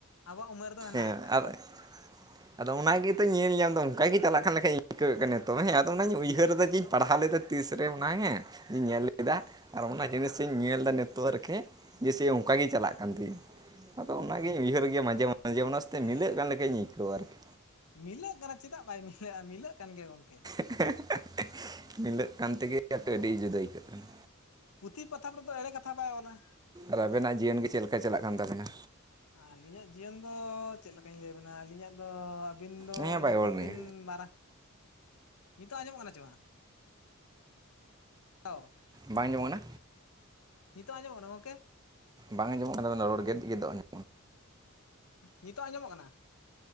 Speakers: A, on the left; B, on the right.
A: ᱟᱵᱚᱣᱟᱜ ᱩᱢᱮᱨ ᱫᱚ ᱦᱮᱱᱟᱜ
B: ᱦᱮᱸ
A: ᱟᱠᱟᱜᱼᱟ᱾
B: ᱟᱨ ᱟᱫᱚ ᱚᱱᱟ ᱜᱮ ᱛᱚᱧ ᱧᱮᱞ ᱧᱟᱢᱫᱟ ᱚᱱᱠᱟ ᱜᱮ ᱪᱟᱞᱟᱜ ᱠᱷᱟᱱ ᱞᱮᱠᱟᱧ ᱟᱹᱭᱠᱟᱹᱣᱮᱜ ᱠᱟᱱᱟ ᱱᱤᱛᱚᱜ ᱦᱮᱸ ᱟᱫᱚ ᱚᱱᱟᱧ ᱩᱭᱦᱟᱹᱨ ᱫᱟ ᱡᱮ ᱤᱧ ᱯᱟᱲᱦᱟᱣ ᱞᱮᱫᱟ᱾ ᱛᱤᱥᱨᱮ ᱚᱱᱟ ᱦᱮᱸ ᱧᱮᱞ ᱞᱮᱫᱟ ᱟᱨ ᱚᱱᱟ ᱡᱤᱱᱤᱥᱤᱧ ᱧᱮᱞ ᱫᱟ ᱱᱤᱛᱚᱜ ᱟᱨᱠᱤ ᱡᱮᱭᱥᱮ ᱚᱱᱠᱟ ᱜᱮ ᱪᱟᱞᱟᱜ ᱠᱟᱱ ᱛᱤᱧᱟᱹ᱾ ᱟᱫᱚ ᱚᱱᱟ
A: ᱦᱮᱸ
B: ᱜᱮᱧ ᱩᱭᱦᱟᱹᱨ ᱜᱮᱭᱟ ᱢᱟᱡᱷᱮ ᱢᱟᱡᱷᱮ ᱚᱱᱟ ᱥᱚᱛᱮᱜ
A: ᱦᱮᱸ
B: ᱢᱤᱞᱟᱹᱜ ᱠᱟᱱ ᱞᱮᱠᱟᱧ ᱟᱹᱭᱠᱟᱹᱣᱟ ᱟᱨᱠᱤ᱾
A: ᱢᱤᱞᱟᱹᱜ ᱠᱟᱱᱟ ᱪᱮᱫᱟᱜ ᱵᱟᱭ ᱢᱤᱞᱟᱹᱜᱼᱟ ᱢᱤᱞᱟᱹᱜ ᱠᱟᱱ ᱜᱮ ᱜᱚᱝᱠᱮ᱾
B: <unintelligible> ᱧᱤᱱᱫᱟ. ᱜ ᱠᱟᱱ ᱛᱮᱜᱮ ᱟᱹᱰᱤ ᱡᱩᱫᱟᱹ ᱟᱹᱭᱠᱟᱹᱜ ᱠᱟᱱᱟ
A: ᱯᱩᱛᱷᱤ ᱯᱚᱛᱷᱟᱢ ᱨᱮ ᱫᱚ ᱮᱲᱮ ᱠᱟᱛᱷᱟ ᱵᱟᱭ ᱚᱞᱟ
B: ᱟᱨ ᱟᱵᱮᱱᱟᱜ ᱡᱤᱭᱚᱱ ᱜᱮ ᱪᱮᱫ ᱞᱮᱠᱟ ᱪᱟᱞᱟᱜ ᱠᱟᱱ ᱛᱟᱵᱮᱱᱟ
A: ᱟᱹᱞᱤᱧᱟᱜ ᱡᱤᱭᱚᱱ ᱫᱚ ᱪᱮᱫ ᱞᱮᱠᱟᱧ ᱞᱟᱹᱭ ᱟᱵᱮᱱᱟ ᱟᱹᱞᱤᱧᱟᱜ ᱫᱚ ᱟᱹᱵᱤᱱ ᱫᱚ
B: ᱦᱮᱸ
A: ᱤᱧ
B: ᱵᱟᱭ
A: ᱠᱷᱚᱱ
B: ᱨᱚᱲ ᱱᱤᱭᱟᱹ
A: ᱵᱤᱱ ᱢᱟᱨᱟᱝ ᱱᱤᱛᱳᱜ ᱟᱸᱡᱚᱢᱚᱜ ᱠᱟᱱᱟ ᱪᱮ ᱵᱟᱝᱟ? <unintelligible>
B: ᱵᱟᱝ ᱟᱸᱡᱚᱢᱚᱜ ᱠᱟᱱᱟ
A: ᱱᱤᱛᱚᱜ ᱟᱸᱡᱚᱢᱚᱜ ᱠᱟᱱᱟ ᱜᱚᱝᱠᱮ?
B: ᱵᱟᱝ ᱟᱸᱡᱚᱢᱚᱜ ᱠᱟᱱᱟ ᱨᱚᱲ ᱜᱮᱫ ᱜᱮᱫ ᱟᱡᱚᱢ
A: ᱱᱤᱛᱳᱜ ᱟᱸᱡᱚᱢᱚᱜ ᱠᱟᱱᱟ?